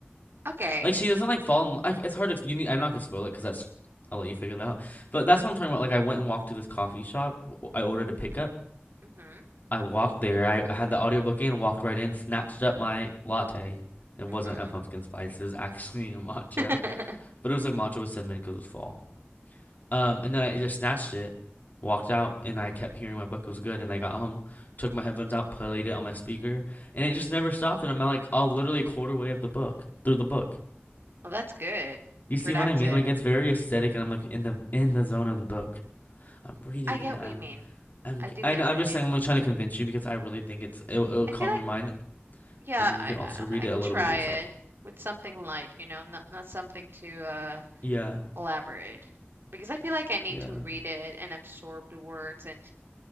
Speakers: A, on the right; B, on the left.
A: Okay.
B: like she doesn't like fall in like it's hard to you need i'm not gonna spoil it because that's i'll let you figure it out but
A: Mhm.
B: that's what i'm talking about like i went and walked to this coffee shop I ordered a pickup
A: Mhm.
B: i walked there i I had the audiobook in walked right in snatched up my latte it wasn't
A: Mhm.
B: a pumpkin spice it was actually a matcha
A: <laughs>
B: but it was like matcha with cinnamon because it was fall Um, and then I just snatched it, walked out, and I kept hearing my book was good. And I got home, took my headphones out, played it on my speaker, and it just never stopped. And I'm like, all literally a quarter way of the book through the book.
A: Well, that's good.
B: You see
A: Productive.
B: what I mean? Like it's very aesthetic, and I'm like in the in the zone of the book. I'm reading
A: I get
B: it. I'm
A: what you mean.
B: I'm
A: I do get
B: I know, I'm
A: what
B: just
A: you mean.
B: saying I'm like trying to convince you because I really think it's it'll, it'll
A: I
B: calm
A: feel like
B: your mind,
A: yeah,
B: and then
A: I
B: you can also read
A: I I
B: it
A: could
B: a little
A: try
B: bit yourself.
A: it with something light, you know, not not something too uh
B: Yeah,
A: Elaborate. Because I feel like I need
B: yeah,
A: to read it and absorb the words and